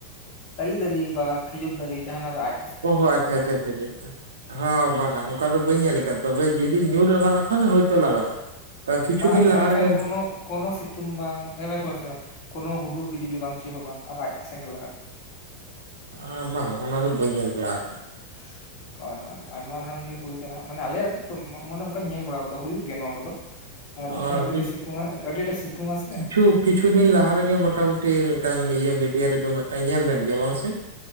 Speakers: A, on the left; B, on the right.
A: ᱛᱟᱞᱤ ᱫᱟᱨᱮ ᱵᱟ ᱠᱷᱤᱡᱩᱨ ᱫᱟᱨᱮ ᱡᱟᱦᱟᱸᱱᱟᱜ ᱨᱮ ᱟᱡ
B: ᱚ ᱦᱚ ᱟᱪᱪᱷᱟ ᱟᱪᱪᱷᱟ ᱟᱪᱷᱟᱪᱷᱟ ᱦᱚᱸ ᱵᱟᱝᱟ ᱚᱱᱠᱟ ᱫᱚ ᱵᱟᱹᱧ ᱧᱮᱞ ᱟᱠᱟᱫᱟ ᱛᱚᱵᱮ ᱡᱩᱫᱤ ᱧᱩᱨ ᱮᱢᱟᱱᱚᱜ ᱠᱷᱟᱱ ᱦᱳᱭᱛᱳ ᱞᱟᱜᱟᱣᱼᱟ ᱛᱳ ᱠᱤᱪᱷᱩ
A: ᱵᱟᱝ
B: ᱫᱤᱱ ᱞᱟᱦᱟ
A: ᱢᱮᱱᱠᱷᱟᱱ
B: ᱨᱮᱜᱮ
A: ᱠᱳᱱᱳ ᱠᱳᱱᱳ ᱥᱤᱛᱩᱝ ᱵᱟᱝ ᱮᱢᱮ ᱠᱳᱱᱳ ᱥᱤ ᱵᱟᱝ ᱠᱳᱱᱳ ᱦᱩᱰᱩᱨ ᱵᱤᱡᱞᱤ ᱵᱟᱝ ᱪᱮᱫ ᱦᱚᱸ ᱟᱨ ᱟᱡ ᱛᱮ ᱥᱮᱸᱜᱮᱞ ᱞᱟᱜᱼᱟ
B: ᱟᱨ ᱵᱟᱝᱟ ᱚᱱᱟ ᱫᱚ ᱵᱟᱹᱧ ᱧᱮᱞ ᱵᱟᱲᱟ ᱠᱟᱜ-ᱟ
A: <inaudible> ᱦᱳᱭ ᱦᱳᱭ ᱟᱭᱢᱟ ᱫᱷᱟᱱ ᱜᱮ ᱦᱩᱭ ᱟᱠᱟᱱᱟ ᱢᱟᱱᱮ ᱟᱞᱮ ᱟᱛᱳ ᱨᱮᱫᱚ ᱢᱚᱱᱮ ᱚᱱᱠᱟ ᱧᱮᱞ ᱵᱟᱲᱟ ᱟᱠᱟᱫᱟ ᱦᱩᱭᱩᱜ ᱜᱮᱭᱟ ᱱᱚᱣᱟ ᱠᱚᱫᱚ
B: ᱟᱠᱟᱫᱟ
A: ᱡᱚᱠᱷᱚᱱ ᱟᱹᱰᱤ ᱟᱴᱮ ᱥᱤᱛᱩᱝ ᱟ ᱟᱹᱰᱤ ᱟᱴᱮ ᱥᱤᱛᱩᱝ-ᱟ ᱥᱮ
B: ᱠᱤᱪᱷᱩ ᱠᱤᱪᱷᱩ ᱫᱤᱱ ᱞᱟᱦᱟ ᱨᱮᱜᱮ ᱢᱚᱴᱟᱢᱩᱴᱤ ᱢᱤᱫᱴᱟᱝ ᱤᱭᱟᱹ ᱢᱤᱰᱤᱭᱟ ᱨᱮᱫᱚ ᱢᱤᱫᱴᱟᱝ ᱧᱮᱞ ᱞᱮᱱ ᱜᱮᱭᱟ ᱵᱟᱝ ᱥᱮ